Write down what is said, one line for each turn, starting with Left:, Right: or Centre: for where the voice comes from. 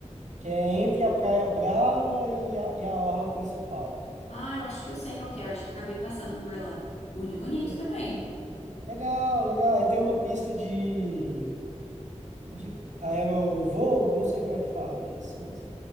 Right: Que é entre a Praia Brava e a, e a orla principal.
Left: Ah, eu acho que eu sei qual que é, eu acho que acabei passando por lá. Muito bonito
Right: É.
Left: também.
Right: Legal, legal. Aí tem uma pista de, de aerovoo, eu não sei como é que fala isso, mas